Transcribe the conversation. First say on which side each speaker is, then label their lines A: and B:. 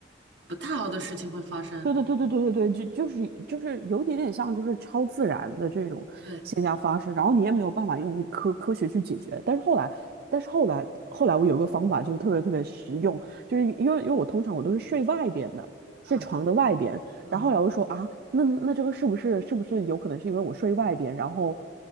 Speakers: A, on the right; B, on the right.
A: 不太好的事情会发生。
B: 对对对对对对对，就就是就是有一点点像就是超自然的这种现象发生，
A: 对，
B: 然后你也没有办法用科科学去解决。但是后来，但是后来后来我有个方法就是特别特别实用，就是因为因为我通常我都是睡外边的，睡床的外边，
A: 嗯嗯，
B: 然后后来我就说啊，那那这个是不是是不是有可能是因为我睡外边，然后